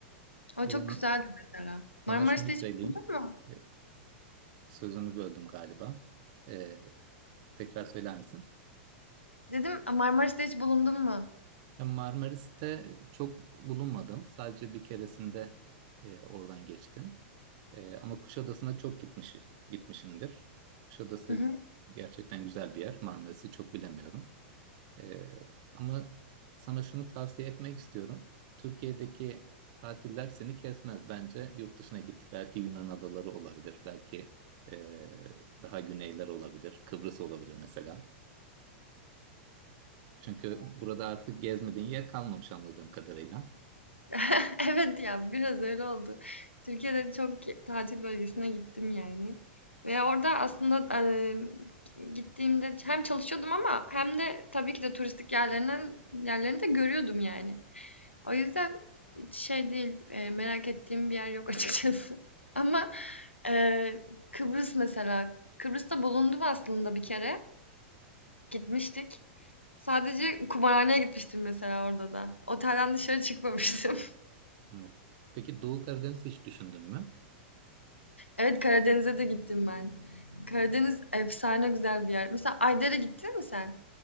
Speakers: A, on the left; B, on the right.
A: O
B: O
A: çok
B: zaman
A: güzeldi mesela.
B: sana
A: Marmaris'te
B: şunu söyleyeyim.
A: hiç bulundun mu?
B: Evet, Sözünü böldüm galiba. Ee, tekrar söyler misin?
A: Dedim, "A, Marmaris'te hiç bulundun mu?
B: Ya Marmaris'te çok bulunmadım. Sadece bir keresinde e, oradan geçtim. E, ama Kuşadası'na çok gitmiş, gitmişimdir. Kuşadası
A: Hı hı.
B: gerçekten güzel bir yer. Marmaris'i çok bilemiyorum. Ee, ama sana şunu tavsiye etmek istiyorum. Türkiye'deki tatiller seni kesmez. Bence yurt dışına git. Belki Yunan adaları olabilir. Belki ee, daha güneyler olabilir. Kıbrıs olabilir mesela. Çünkü burada artık gezmediğin yer kalmamış anladığım kadarıyla.
A: <laughs> Evet ya, biraz öyle oldu. Türkiye'de çok tatil bölgesine gittim yani ve orada aslında, emm, gittiğimde hem çalışıyordum ama hem de tabii ki de turistik yerlerinden yerlerini de görüyordum yani. O yüzden hiç şey değil, eee, merak ettiğim bir yer yok <laughs> açıkçası. Ama, eee, Kıbrıs mesela, Kıbrıs'ta bulundum aslında bir kere, gitmiştik. Sadece kumarhaneye gitmiştim mesela orada da. Otelden dışarı çıkmamıştım.
B: Evet. Peki Doğu Karadeniz hiç düşündün mü?
A: Evet, Karadeniz'e de gittim ben. Karadeniz efsane güzel bir yer. Mesela Ayder'e gittin mi sen?